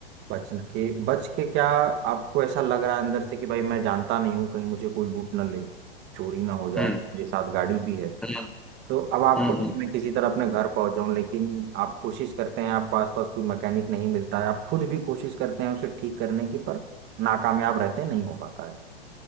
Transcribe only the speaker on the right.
बच के बच के क्या आपको ऐसा लग रहा है अंदर से कि भाई मैं जानता नहीं हूँ कहीं मुझे कोई लूट ना ले चोरी ना हो जाए
मेरे साथ गाड़ी भी है
तो अब आपको
है कि मैं किसी तरह अपने घर पहुंच जाऊं लेकिन आप कोशिश करते हैं आपको आसपास कोई मैकेनिक नहीं मिलता है आप खुद भी कोशिश करते हैं उसे ठीक करने की पर नाकामयाब रहते हैं नहीं हो पाता है